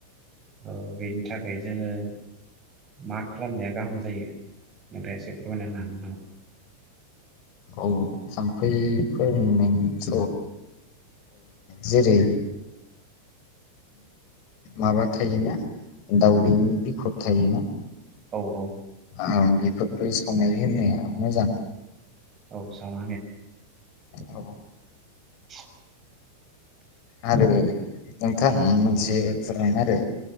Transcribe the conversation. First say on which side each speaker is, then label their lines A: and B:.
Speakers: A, on the right; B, on the left.
A: अ बेनि था ओ जोङो मा खालामनाया गाहाम जायो नोंथाङा एसे फोरमायना होनो हागोन नामा?
B: औ थाम्फैफोर नुनायनिथ जेरै माबा थायोना दावदैनि बिफद थायोना
A: औ औ।
B: आ बेफोरफोरखौ संनाय होननाया मोजां।
A: औ सा <unintelligible>
B: औ
A: <inaudible>
B: आरो नोंथां मोनसे फोर आरो